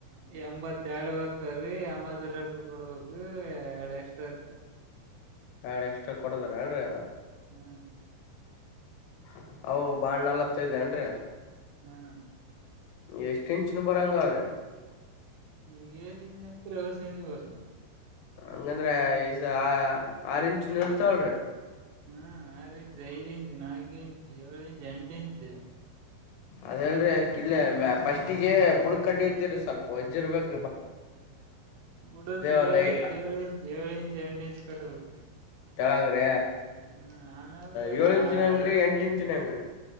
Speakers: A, on the right; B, on the left.
A: ಎಂಬತ್ತ ಎರಡು ಬರ್ತಾವ್ರೀ ಎಂಬದ ರಕ್ಕ ಕೊಡ್ಬೇಕ ಎರಡ್ ಎಕ್ಸ್ಟ್ರಾ ಇರ್ತಾವ
B: ಆಾಡ ಎಷ್ಟ ಕೊಡದಾರ ಆಡ್ರಿ
A: ಹ್ಮ್
B: ಹ್ಮ್ ಅವು ಬಾಳಳ್ ನಲತ್ತ ಇದೆ ಅನ್್ರಿ
A: ಹ್ಮ್
B: ಎಷ್ಟು ಇಂಚಿನ ಬರಂಗ ಅವ್ರೀ
A: ನಿಮ್ಗೆ ಸೇಂಜ ಅಂತ ಅವ ಸೇಜ್ ಬಾರಲ್ಲ
B: ಹಂಗಂದ್ರ ಈಸ ಆ ಆರೆಂಚ ಇರ್ತಾವಳ್ರಿ
A: ಹ್ಮ್ ಆರು ಇಂಚಚ್ ಐದ ಇಂಚು ನಾಕು ಇಂಚು ಏಳು ಇಂಚಚ್ ಎಂಟ ಇಂಚು
B: ಅದಲ್ರೀ ಕಿಲ್ಲ ಫಸ್ಟಿಗೆ ಬುಡ್ ಕಟ್ಟಿ ಇರ್ತಿರಿ ಸ್ವಲ್ಪ ಹೊಜ್ಜಿರ್ಬೇಕಕ್
A: ಕುಡುಕ್
B: ಒಂದ್
A: ಏಳು
B: ಐ
A: ಇಂಚ್ ಏಳು ಇಂಚ್ ಏಳು ಇಂಚ್ ಎಂಟ ಇಂಚ್ ಕಟ್ಟಬೇಕಕ್ಿ
B: ತಳಾಗ್ರ
A: ಹ್ಮ್ ಆಮೇಲ್
B: ಏಳು ಇಂಚಿನ ಅಂಗ್ರರಿ
A: ಐ
B: ಎಂಟ ಇಂಚ ಂಗ